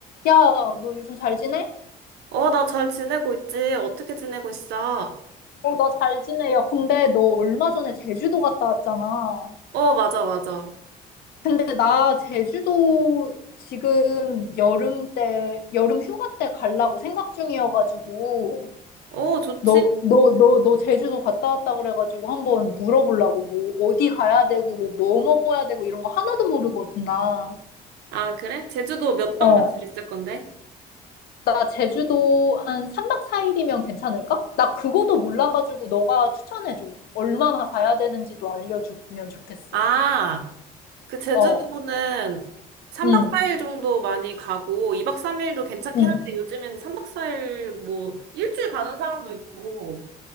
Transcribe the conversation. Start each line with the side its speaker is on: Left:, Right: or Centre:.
Left: 야, 너 요즘 잘 지내?
Right: 어, 나 잘 지내고 있지. 어떻게 지내고 있어?
Left: 어, 나 잘 지내. 야, 근데 너 얼마 전에 제주도 갔다 왔잖아.
Right: 어, 맞아, 맞아.
Left: 근데 나 제주도 지금 여름 때, 여름 휴가 때 가려고 생각 중이어가지고,
Right: 어, 좋지.
Left: 너, 너, 너, 너 제주도 갔다 왔다 그래가지고 한번 물어보려고. 뭐, 어디 가야 되고, 뭐, 뭐 먹어야 되고 이런 거 하나도 모르거든, 나.
Right: 아, 그래? 제주도 몇박
Left: 어.
Right: 며칠 있을 건데?
Left: 나 제주도 한 3박 4일이면 괜찮을까? 나 그거도 몰라가지고 너가 추천해줘. 얼마나 가야 되는지도 알려주면 좋겠어.
Right: 아, 그 제주도는
Left: 어,
Right: 3박
Left: 응,
Right: 4일 정도 많이 가고, 2박 3일도 괜찮긴
Left: 응,
Right: 한데, 요즘엔 3박 4일 뭐, 일주일 가는 사람도 있고,